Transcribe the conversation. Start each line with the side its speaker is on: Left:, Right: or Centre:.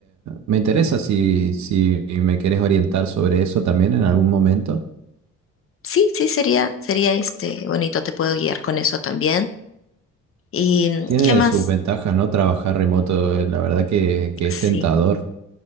Right: me interesa
Left: mm,
Right: si, si me quieres orientar sobre eso también en algún momento.
Left: sí, sí, sería, sería este bonito, te puedo guiar con eso también. ¿Y mm,
Right: Tiene
Left: qué más?
Right: sus ventajas, ¿no? Trabajar remoto, eh, la verdad que, que
Left: Sí,
Right: es tentador.